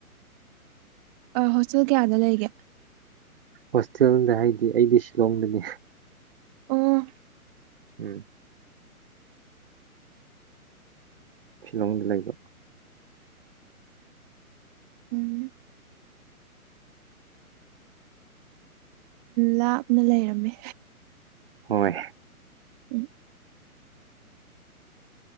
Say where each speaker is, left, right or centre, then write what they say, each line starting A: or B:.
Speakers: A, on the right; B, on the right.
A: ꯍꯣꯁꯇꯦꯜ ꯀꯌꯥꯗ ꯂꯩꯒꯦ
B: ꯍꯣꯁꯇꯦꯜꯗ ꯍꯥꯏꯗꯤ ꯑꯩꯗꯤ ꯁꯤꯂꯣꯡꯗꯅꯤ
A: ꯑꯣ
B: ꯎꯝ ꯐꯤꯂꯣꯡꯗ ꯂꯩꯕ
A: ꯎꯝ ꯂꯥꯞꯅ ꯂꯩꯔꯝꯃꯦ
B: ꯍꯣꯏ
A: ꯎꯝ